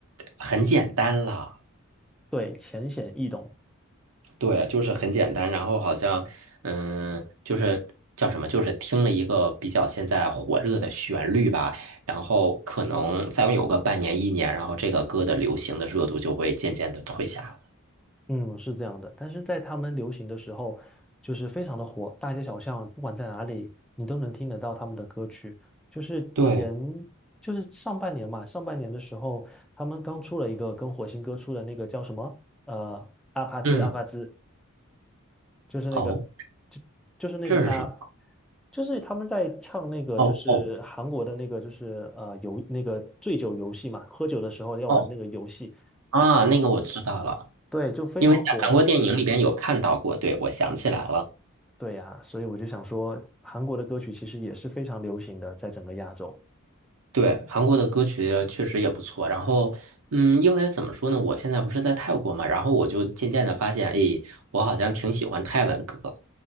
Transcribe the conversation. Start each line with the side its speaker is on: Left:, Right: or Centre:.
Right: 很简单了，
Centre: 对，浅显易懂。
Right: 对，就是很简单。然后好像，嗯，就是叫什么，就是听了一个比较现在火热的旋律吧，然后可能再有个半年一年，然后这个歌的流行的热度就会渐渐的退下了。
Centre: 嗯，是这样的，但是在他们流行的时候，就是非常的火，大街小巷，不管在哪里，你都能听得到他们的歌曲。就是前，
Right: 对，
Centre: 就是上半年嘛，上半年的时候，他们刚出了一个跟火星哥出的那个叫什么？呃，阿帕兹阿帕兹，
Right: 嗯。
Centre: 就是那个，
Right: 哦，
Centre: 就就是那个啊，
Right: 这是什么？
Centre: 就是他们在唱那个，
Right: 哦哦
Centre: 就是韩国的那个，就是呃游那个醉酒游戏嘛，喝酒的时候要玩那个游戏，
Right: 哦啊，那个我知道了，
Centre: 对，就非常火。
Right: 因为在韩国电影里边有看到过。对，我想起来了，
Centre: 对呀，所以我就想说，韩国的歌曲其实也是非常流行的，在整个亚洲。
Right: 对，韩国的歌曲确实也不错。然后，嗯，因为怎么说呢，我现在不是在泰国嘛，然后我就渐渐的发现，诶，我好像挺喜欢泰文歌。